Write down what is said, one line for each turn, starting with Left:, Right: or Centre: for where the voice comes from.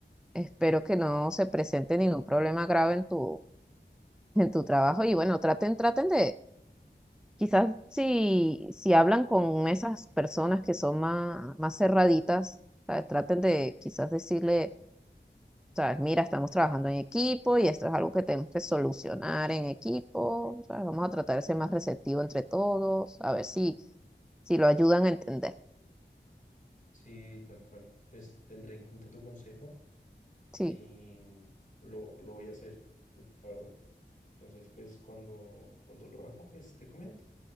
Centre: Espero que no se presente ningún problema grave en tu, en tu trabajo. Y bueno, traten, traten de, quizás si, si hablan con esas personas que son más, más cerraditas, ¿sabes? Traten de quizás decirle, sabes, mira, estamos trabajando en equipo y esto es algo que tenemos que solucionar en equipo, ¿sabes? Vamos a tratar de ser más receptivo entre todos, a ver si, si lo ayudan a entender.
Left: Sí, tal cual. Pues tendré en cuenta tu consejo.
Centre: Sí,
Left: y mm, lo, lo voy a hacer, la verdad. Entonces, pues cuando, cuando lo haga, pues te comento.